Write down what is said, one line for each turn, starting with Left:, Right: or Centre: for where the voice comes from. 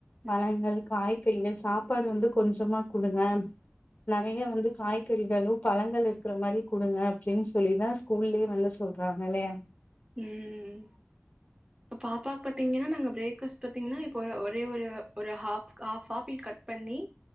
Right: ம்
Left: பழங்கள் காய்கறிகள் சாப்பாடு வந்து கொஞ்சமா குடுங்க நெறைய வந்து காய்கறிகளு பழங்கள் இருக்கற மாரி குடுங்க அப்டின்னு சொல்லிதா ஸ் கூல்லேயே வந்து சொல்றாங்க இல்லயா
Right: ம் இப்போ பாப்பாக்கு பாத்தீங்கன்னா நாங்க பிரேக் ஃபாஸ்ட் பாத்தீங்கன்னா இப்போ ஒரு ஒரே ஒரு ஒரு ஹாஃப் ஹாஃப் ஆப்பிள் கட் பண்ணி